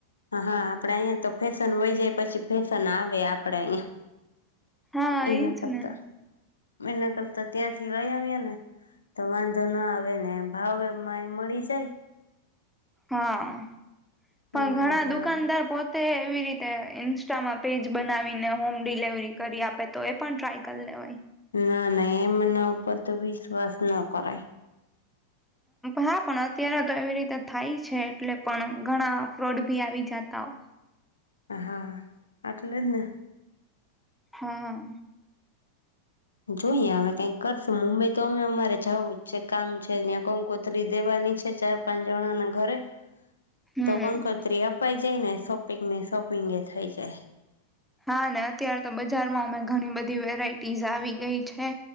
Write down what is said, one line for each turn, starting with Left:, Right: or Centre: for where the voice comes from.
Left: હા આપડે અહીિયાયા તો ફેશન હોય જાય પછી ફેશન આવે આપડે અહીંયા.
Centre: હા
Left: એના
Centre: એજ
Left: કરતા
Centre: ને
Left: એના કરતા ત્યાંથી લઈ આવએ ને તો વાંધો ના આવે ને ભાવ એમાં એ મળી જાય
Centre: હા પણ
Left: ને વાંધો
Centre: ઘણા દુકાનદાર
Left: ના આવે
Centre: પોતે કેવી રીતે ઇન્સ્ટામાં પેજ બનાવીને હોમ ડિલવરી કરી આપે તો એ પન ટ્રાય કલ લેવાય
Left: ના ના એમના ઉપર તો વિશ્વાસ ન કરાય
Centre: હા પણ અત્યારે તો એવી રીતે થાય છે એટલે પણ ઘણા ફ્રોડ ભી આવી જાત આમ
Left: હા આટલે જ ને
Centre: હા
Left: જોઈએ હવે કઈક કરશું મુંબઈ તો અમે અમારે જવું જ છે કામ છે ત્યાં કંકોતરી દેવાની ની છે ચાર પાંચ જણા ના ઘરે
Centre: હમ
Left: તો કંકોત્રી અપાઈ જાય ને શોપિંગ ને શોપિંગ એ થઈ જાય
Centre: હા ને અત્યાર તો બજારમાં અમે ઘણી બધી વેરાઈટીઝ આવી ગઈ છે